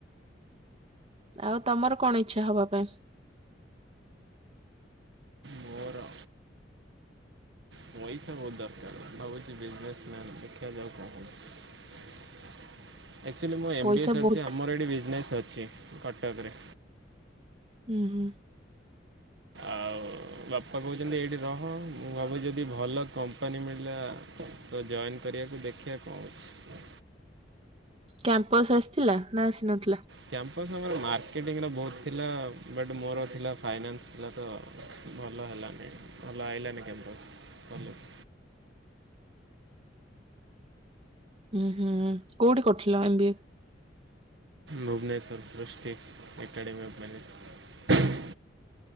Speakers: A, on the right; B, on the right.
A: ଆଉ ତମର କଣ ଇଚ୍ଛା ହବା ପାଇଁ?
B: ମୋର ପଇସା ବହୁତ ଦରକାର ଭାବୁଛି ବିଜନେସ ମ୍ୟାନ। ଦେଖା ଯାଉ କଣ ହଉଚି। <inaudible> ଆକଚୁଆଲି ମୁଁ ଏମ
A: ପଇସା
B: ବି ଏ ସରିଚି।
A: ବହୁତ
B: ଆମର ଏଠି ବିଜନେସ୍ ଅଛି କଟକରେ।
A: ଉଁ ହୁଁ।
B: ଆଉ ବାପା କହୁଛନ୍ତି ଏଇଠି ରହ। ମୁଁ ଭାବୁଚି ଯଦି ଭଲ କମ୍ପାନୀ ମିଳିଲା ତ ଜଏନ୍ କରିବାକୁ ଦେଖିବା କଣ ହଉଚି।
A: କ୍ୟାମ୍ପସ ଆସିଥିଲା ନା ଆସିନଥିଲା?
B: କ୍ଯାମ୍ପସ ଆମର ମାର୍କେଟ ବହୁତ ଥିଲା ବଟ୍ ମୋର ଥିଲା ଫାଇନାନ୍ସ୍ ଥିଲା ତ ଭଲ ହେଲାନି। ଆଇଲାନି କ୍ଯାମ୍ପସ୍। <unintelligible>
A: ଉଁ ହୁଁ। କୋଉଠି କରିଥିଲ ଏମ ବି ଏ?
B: ଭୁବନେଶ୍ଵର ସୃଷ୍ଟି ଏକାଡେମୀ ଅଫ୍। <unintelligible>